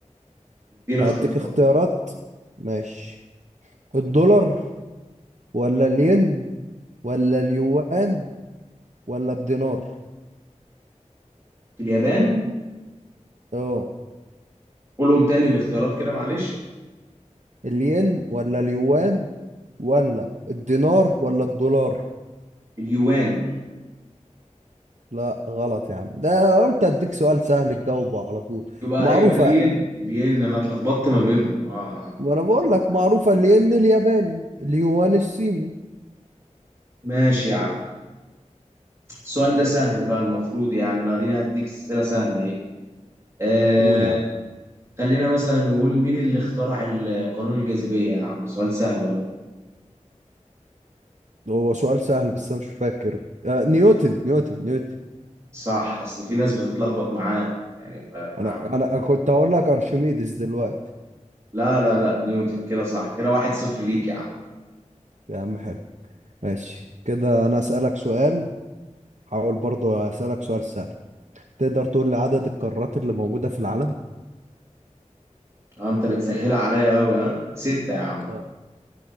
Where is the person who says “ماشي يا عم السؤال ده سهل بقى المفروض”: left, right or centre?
Right